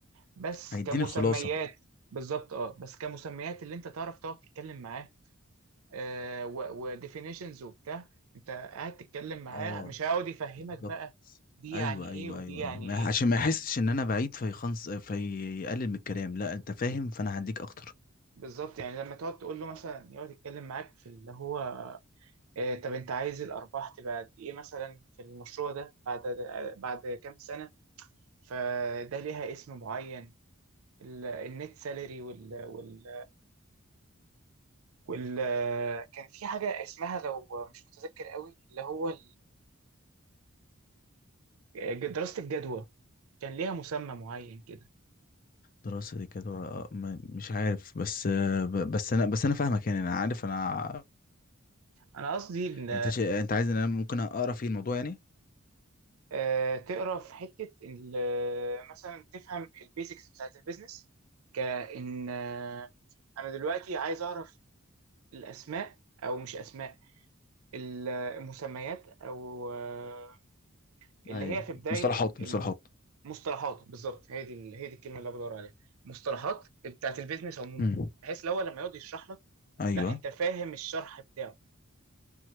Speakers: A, on the right (about 80°); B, on the left (about 40°).
A: بس
B: هيديني
A: كمسميات
B: الخلاصه
A: بالظبط اه بس كمسميات اللي انت تعرف تقعد تتكلم معاه آه وديفينيشنز وبتاع انت قاعد تتكلم معاه
B: اه
A: مش هيقعد يفهمك
B: بالظبط
A: بقى دي
B: ايوه
A: يعني ايه
B: ايوه
A: ودي
B: ايوه
A: يعني
B: أيوة. ما
A: ايه
B: عشان ما يحسش ان انا بعيد فيخنص فيقلل من الكلام لا انت فاهم فانا هديك اكتر
A: بالظبط يعني لما تقعد تقول له مثلا يقعد يتكلم معاك في اللي هو آه طب انت عايز الارباح تبقى قد ايه مثلا في المشروع ده بعد آه، بعد كام سنه فده ليها اسم معين ال- النت سالري وال وال وال كان في حاجة اسمها لو مش متذكر قوي اللي هو ال- دراسة الجدوى كان ليها مسمى معين كده
B: دراسة جدوى آه، ما- مش عارف بس آه، ب- بس انا بس انا فاهمك يعني انا عارف انا
A: أنا قصدي إن
B: انت شا... انت عايز ان انا ممكن اقرا في الموضوع يعني
A: آه، تقرا في حتة إن مثلا تفهم البيزكس بتاعت البيزنس كإن آه، أنا دلوقتي عايز أعرف الأسماء أو مش أسماء ال- المسميات أو آه، اللي
B: ايوه
A: هي في بداية
B: مصطلحات مصطلحات
A: مصطلحات بالظبط هي دي ال- هي دي الكلمه اللي أنا بدور عليها مصطلحات بتاعت البيزنس عموما
B: امم
A: بحيث لو هو لما يقعد يشرح لك
B: ايوه
A: لا انت فاهم الشرح بتاعه